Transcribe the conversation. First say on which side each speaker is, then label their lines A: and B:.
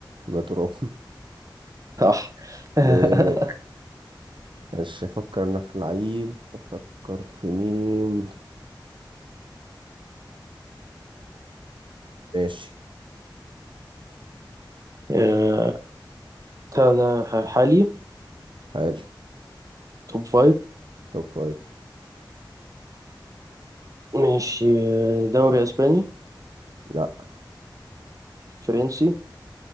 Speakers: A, on the right; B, on the right.
A: يبقى تراب
B: صح <laughs>
A: <laughs> ماشي افكر انا في لعيب افكر في مين ماشي
B: آه هذا حالي
A: حالي
B: توب فايف
A: توب فايف
B: ماشي آه، دوري اسباني
A: لا
B: فرنسي